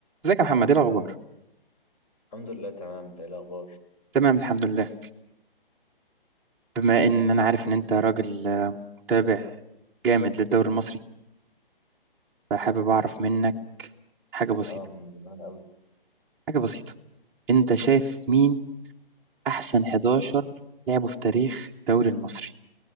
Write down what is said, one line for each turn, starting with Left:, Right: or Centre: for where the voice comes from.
Centre: ازيك يا محمد ايه الاخبار
Left: الحمد لله تمام انت ايه الاخبار
Centre: تمام الحمد لله بما ان انا عارف ان انت راجل آه، متابع جامد للدوري المصري فحابب اعرف منك حاجه بسيطه
Left: اه من زمان قوي
Centre: حاجه بسيطه انت شايف مين احسن 11 لعبوا في تاريخ الدوري المصري